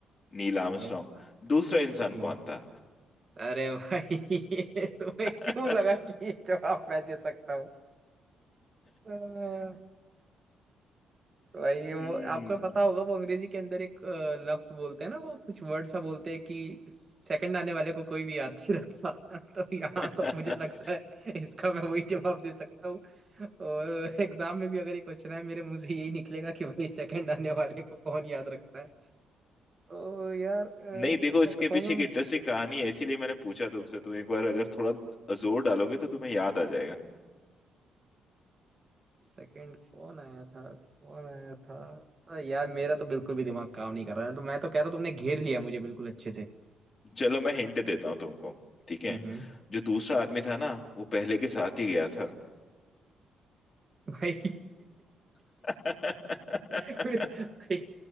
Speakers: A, on the left; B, on the right.
A: नील
B: ठीक
A: आर्मस्ट्रॉन्ग
B: है
A: दूसरा इंसान
B: ठीक
A: कौन
B: है
A: था
B: अरे भाई <laughs> तुम्हें
A: <laughs>
B: क्यों लगा कि ये जवाब मैं दे सकता हूँ भाई
A: हम्म
B: वो आपको पता होगा वो अंग्रेजी के अंदर एक अ, लफ्ज बोलते हैं ना वो कुछ वर्ड सा बोलते हैं कि सेकंड आने वाले को कोई भी याद नहीं रखता <laughs> तो यहाँ
A: <laughs>
B: तो मुझे लगता है इसका मैं वही जवाब दे सकता हूँ और एग्जाम में भी अगर ये क्वेश्चन है मेरे मुंह से यही निकलेगा कि भाई सेकंड आने वाले को कौन याद रखता है तो यार अ,
A: नहीं देखो
B: मैं
A: इसके
B: तो कहूंगा
A: पीछे एक इंटरेस्टिंग कहानी है इसीलिए मैंने पूछा तुमसे तुम एक बार अगर थोड़ा जोर डालोगे तो तुम्हें याद आ जाएगा
B: सेकंड कौन आया था कौन आया था अ, यार मेरा तो बिल्कुल भी दिमाग काम नहीं कर रहा है तो मैं तो कह रहा हूँ तुमने घेर लिया मुझे बिल्कुल अच्छे से
A: चलो मैं हिंट देता हूँ तुमको ठीक है
B: हम्म हम्म
A: जो दूसरा आदमी था ना वो पहले के साथ ही गया था
B: भाई
A: <laughs>
B: भाई